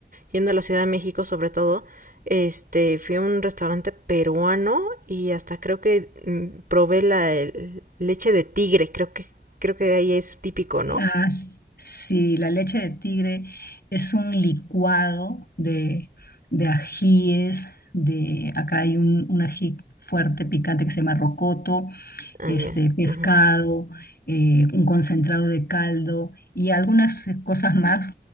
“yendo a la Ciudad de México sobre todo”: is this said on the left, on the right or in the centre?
Right